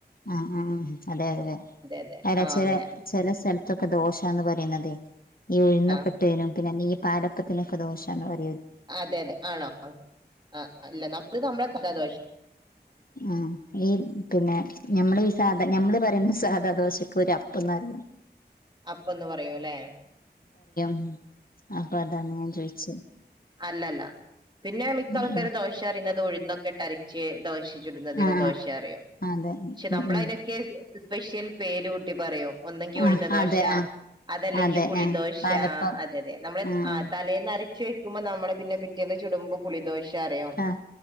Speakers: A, on the left; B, on the right.
A: ആഹ ഉ അതെ അതെ
B: അതെ
A: അല്ല
B: ആ
A: ചില
B: അങ്ങനെ
A: ചെില സ്ല ൊക്കെ ദോഷാന്ന് പറയുന്നുന്നത്േ ഈ ഉഴുന്നൊക്കെട്ടതിനും
B: ആ
A: പിന്നെ ഈ പാലപ്പത്തിനൊക്കെ ദോഷന്ന് പറ
B: അതെ അതെ ആണോ ആല്ല നമ്മത് നമ്മളെ സാോഷ
A: ആ ഈ പിന്നെ മ്മ നമ്മ ഈ സാധ നമ്മള് പറയുന്ന സാധാ ദോശക്ക ഒരു അപ്പന്ന്റിയുന്നു
B: അപ്പന്ന് പറയൂല്ലെ
A: ഉ അപ്പൊ അതാണ് ഞാൻ ചോയിിച്ചേ
B: അല്ലല്ല പിന്നെ മിക്ക
A: ഉം
B: ആൾക്കാരും
A: ഉം
B: ദോശ അറിയുന്നത് ഉഴുന്നൊക്കെട്ടരിച്ച് ദോശ
A: ആഹ്
B: ദോറ
A: ആഹ്
B: പക്ഷെ
A: അതെ
B: നമ്മളതിനൊക്കെെ്യൽ
A: ഉം ഉം
B: പേര് കുൂട്ടി പറയോ ഒന്നെങ്കി ഒഴിഞ്ഞ
A: ആഹ്
B: ദോശ
A: അതെ ആഹ്
B: അതല്ലെങ്കിൽ
A: അതെ
B: പുളിദോശ
A: ആഹ് പാലപ്പം
B: അതെ അതെ നമ്മെ
A: ആഹ്
B: ആ തലേന്ന്റി ചക്ഷദുമ്പോ നമ്മള പിന്നെറ്റേന്ന് ചടുമ്പോ പുളിോഷം
A: ആഹ്